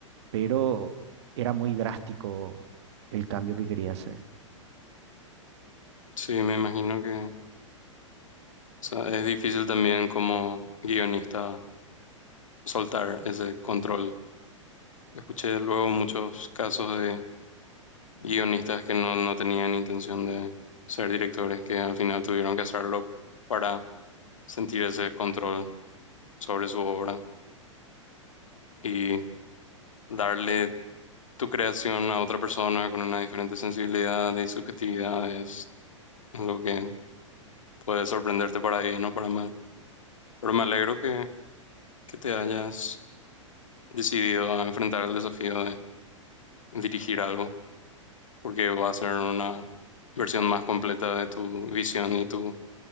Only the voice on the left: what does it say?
Sí, me imagino que o sea, es difícil también como guionista soltar ese control. Escuché luego muchos casos de guionistas que no, no tenían intención de ser directores, que al final tuvieron que hacerlo para sentir ese control sobre su obra y darle tu creación a otra persona con una diferente sensibilidad y subjetividad es lo que puede sorprenderte para bien o para mal. Pero me alegro que, que te hayas decidido a enfrentar el desafío de dirigir algo, porque va a ser una versión más completa de tu visión y tu